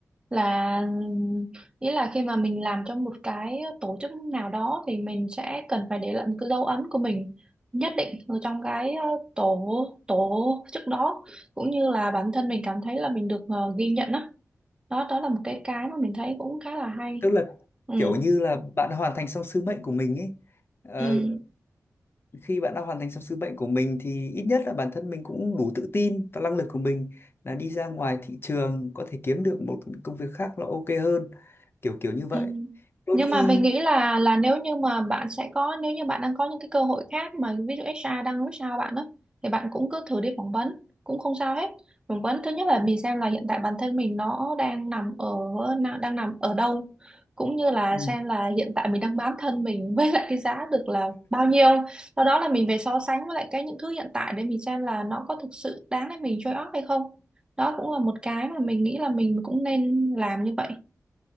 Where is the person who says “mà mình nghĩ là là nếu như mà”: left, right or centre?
Right